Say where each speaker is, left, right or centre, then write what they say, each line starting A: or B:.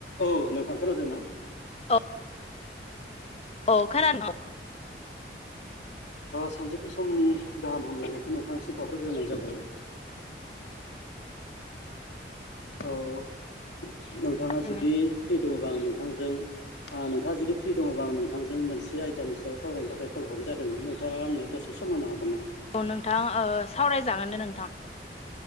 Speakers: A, on the left (about 75°); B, on the left (about 35°).
A: औ नोंथां खोनादोंना
B: औ औ खान न <inaudible>
A: सानजौफि समनि गाहाम हामलायनायखौ नोंथांसिम बावहरग्रोनाय जाबाय औ नोंथाङा
B: थारैनो।
A: जुदि फ्रि दङबा आं नोंथांजों नोंथाङा जुदि फ्रि दङबा आं नोंथांजों मोनसे आयदानि सायाव सावरायनो थाखाय कल हरनाय जादोंमोन नोंथाङा आंनो दसे सम होनो हागोन नामा?
B: औ नोंथां ओ सावरायजागोन दे नोंथां